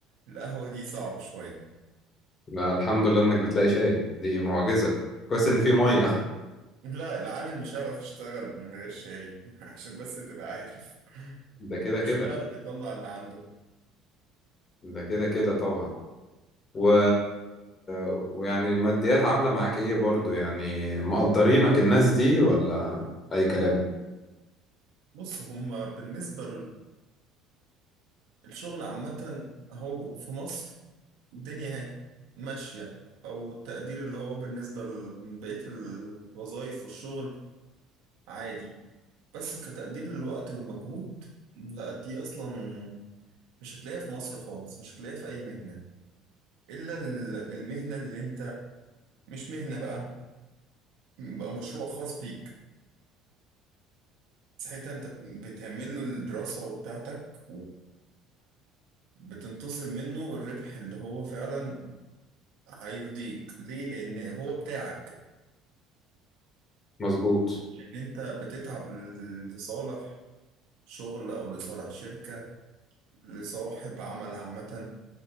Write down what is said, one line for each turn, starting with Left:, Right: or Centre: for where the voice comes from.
Right: القهوه دي صعبه شويه
Left: لا، الحمد لله انك بتلاقي شاي دي معجزه كويس ان في ميه <laughs>
Right: لا العامل مش هيعرف يشتغل من غير شاي <laughs> عشان بس تبقى عارف
Left: ده كده
Right: مش
Left: كده
Right: هيعرف يطلع اللي عنده
Left: ده كده كده طبعا و... ويعني الماديات عاملة معاك ايه برضو يعني مقدرينك الناس دي ولا اي كلام
Right: بص هما بالنسبه الشغل عامة هو في مصر الدنيا اهي ماشية أو التقدير اللي هو بالنسبة لبقية الوظائف والشغل عادي بس كتقدير للوقت والمجهود لا دي أصلا مش هتلاقيها في مصر خالص مش هتلاقيها في أي مهنة إلا ال- المهنة اللي أنت مش مهنة بقى بقى مشروع خاص بيك ساعتها أنت بتعمل له الدراسة بتاعتك وبتنتظر منه الربح اللي هو فعلا هيرضيك ليه لان هو بتاعك
Left: مظبوط
Right: ان انت بتتعب لصالح شغل او لصالح شركة لصاحب عمل عامة